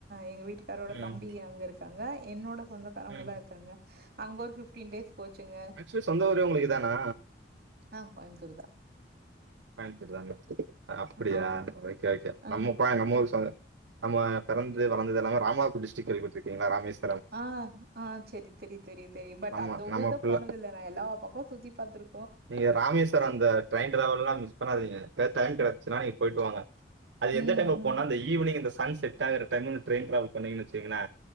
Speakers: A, on the right; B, on the right.
A: எங்க வீட்டுக்காரோட
B: ம்,
A: தம்பி அங்க இருக் இருக்காங்க என்னோட சொந்தக்காரவங்கல்லா
B: ம்.
A: இருக்காங்க அங்க ஒரு ஃபிஃப்டீன் டேஸ் போச்சுங்க.
B: ஆக்சுவலி சொந்த ஊரு உங்களுக்கு இதானா
A: ஆஹ் கோயமுத்தூர் தா
B: கோயமுத்தூர் தான அப்படியா
A: ஆமா.
B: ஓகே ஓகே
A: ஆ
B: நம்ம கோ நம்ம
A: அ
B: சொ நம்ம பெறந்து வளந்ததெல்லாமே ராமாநாதபுர டிஸ்ட்ரிக்ட் கேள்விப்பட்டருக்கிங்களா ராமேஸ்
A: ஆஹ் ஆஹ் சரி தெரி தெரியு தெரியு பட்
B: நம்ம
A: அந்த ஊரு
B: நம்ம
A: தா
B: ஃபுல்லா
A: போனதில்ல நா எல்லாப்பக்க சுத்தி பாத்துரு
B: நீங்க ராமேஸ்வர அந்த ட்ரயின் டிராவல்லா மிஸ் பண்ணாதீங்க எதா டைம் கிடச்சுச்சுன்னா நீங்க போயிட்டு வாங்க அது
A: ம்,
B: எந்த டைம்ல
A: ம்.
B: போனா அந்த ஈவினிங் இந்த சன் செட் ஆகுர டைம் இந்த ட்ரைன் ட்ராவல் பண்ணீங்கன் வச்சுக்கங்களே